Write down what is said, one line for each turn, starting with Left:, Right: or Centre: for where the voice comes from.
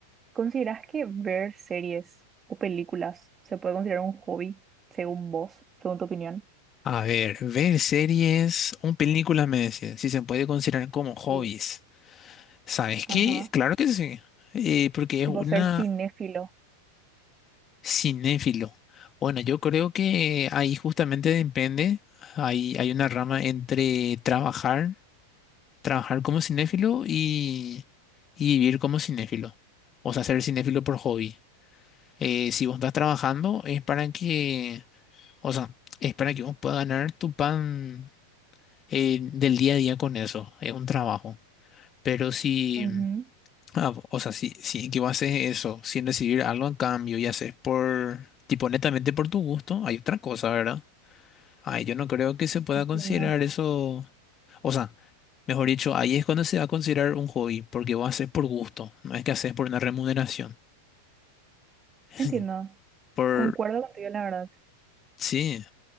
Right: ¿consideras que ver series o películas se puede considerar un hobby, según vos, según tu opinión?
Left: A ver, ver series o películas, me decías, si se puede considerar como hobbies.
Right: Sí,
Left: ¿Sabes
Right: Ajá.
Left: qué? Claro que sí. eh, porque es
Right: Tipo
Left: una
Right: ser cinéfilo.
Left: Cinéfilo. Bueno, yo creo que ahí justamente depende. Hay, hay una rama entre trabajar, trabajar como cinéfilo y, y vivir como cinéfilo. O sea, ser cinéfilo por hobby. Eh, si vos estás trabajando es para que, o sea, es para que vos puedas ganar tu pan eh, del día a día con eso. Es un trabajo. Pero si
Right: Ujú,
Left: Ah, o sea, si, si que vos haces eso sin recibir algo en cambio y haces por, tipo, netamente por tu gusto, hay otra cosa, ¿verdad? Ay, yo no creo que se pueda
Right: Entiendo,
Left: considerar eso. O sea, mejor dicho, ahí es cuando se va a considerar un hobby, porque vos haces por gusto, no es que haces por una remuneración. <laughs>
Right: entiendo.
Left: Por,
Right: Concuerdo contigo, la verdad.
Left: sí,